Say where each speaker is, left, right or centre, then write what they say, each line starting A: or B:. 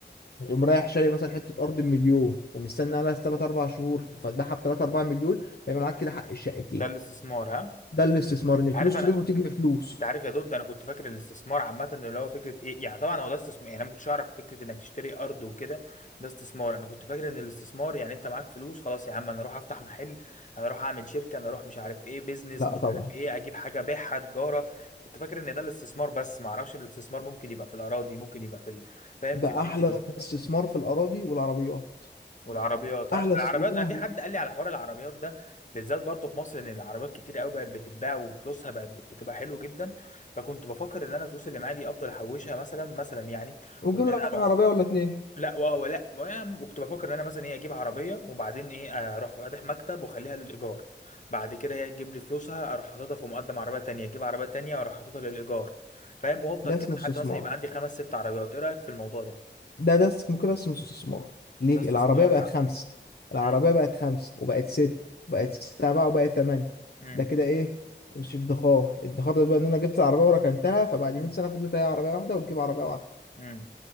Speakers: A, on the left; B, on the left.
A: فتقوم رايح شاري مثلا حته ارض بمليون ومستني عليها 3 4 شهور فتبيعها ب 3 4 مليون فيبقى معاك كده حق الشقتين
B: ده الاستثمار ها
A: ده الاستثمار ان الفلوس
B: عارف انا
A: تروح وتيجي بفلوس
B: انت عارف يا دود انا كنت فاكر الاستثمار عامه اللي هو فكره ايه يعني طبعا هو ده استثمار يعني انا ما كنتش اعرف فكره انك تشتري ارض وكده ده استثمار انا كنت فاكر ان الاستثمار يعني انت معاك فلوس خلاص يا عم انا اروح افتح محل انا اروح اعمل شركه انا اروح مش عارف ايه بيزنس
A: لا
B: مش
A: طبعا
B: عارف ايه اجيب حاجه ابيعها تجاره كنت فاكر ان ده الاستثمار بس ما اعرفش ان الاستثمار ممكن يبقى في الاراضي ممكن يبقى في ال- فاهم
A: ده
B: في الدنيا
A: احلى
B: دي
A: استثمار في الاراضي والعربيات
B: والعربيات آه،
A: احلى
B: العربيات
A: س... يا لهوي
B: انا في حد قال لي على حوار العربيات ده بالذات برضه في مصر ان العربيات كتير قوي بقت بتتباع وفلوسها بقت بت- بتبقى حلوه جدا فكنت بفكر ان انا الفلوس اللي معايا دي افضل احوشها مثلا مثلا يعني
A: وتجيب
B: وان
A: لك
B: انا اروح
A: عربيه ولا اتنين
B: لا وهو لا ما- وكنت بفكر ان انا مثلا ايه اجيب عربيه وبعدين ايه اروح فاتح مكتب واخليها للايجار بعد كده هي تجيب لي فلوسها اروح حاططها في مقدم عربيه تانية اجيب عربيه تانية واروح حاططها للايجار فاهم وافضل
A: ده
B: كده
A: اسمه
B: لحد
A: استثمار
B: مثلا يبقى عندي خمس ست عربيات ايه رايك في الموضوع ده
A: ده ده است- ممكن اسمه استثمار ليه
B: ده استثمار
A: العربية بقت
B: ها
A: خمسة العربية
B: امم
A: بقت خمسة وبقت ست وبقت سبعة وبقت تمانية
B: امم
A: ده كده ايه مش ادخار الادخار ده بقى ان انا جبت العربية وركنتها فبعد
B: امم،
A: 100 سنة فضلت هي عربية واحدة وتجيب عربية واحدة
B: امم.